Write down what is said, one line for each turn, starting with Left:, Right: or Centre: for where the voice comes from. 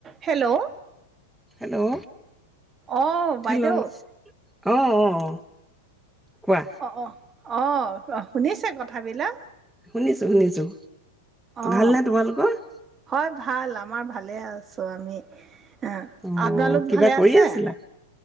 Right: হেল্ল'
Centre: হেল্ল'
Right: আহ বাইদেউ।
Centre: হেল্ল' অ' অ'। কোৱা
Right: অ', অ'। অ', শুনিছে কথাবিলাক?
Centre: শুনিছো, শুনিছো
Right: অঁ
Centre: ভালনে তোমালোকৰ?
Right: হয় ভাল আমাৰ ভালে আছো আমি। <unintelligible>
Centre: অ
Right: আপোনালোক
Centre: কিবা
Right: ভালে
Centre: কৰি
Right: আছে?
Centre: আছিলা